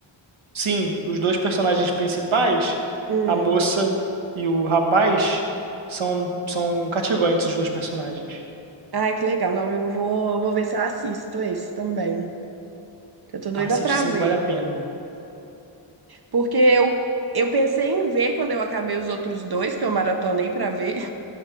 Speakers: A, on the right (about 80°); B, on the right (about 50°).
A: Sim, os dois personagens principais,
B: Hum.
A: a moça e o rapaz, são, são cativantes os dois personagens.
B: Ai, que legal. Não, eu vou, vou ver se eu assisto esse também. que Eu tô doida
A: A City
B: pra
A: 5
B: ver.
A: vale a pena.
B: Porque eu, eu pensei em ver quando eu acabei os outros dois que eu maratonei pra ver.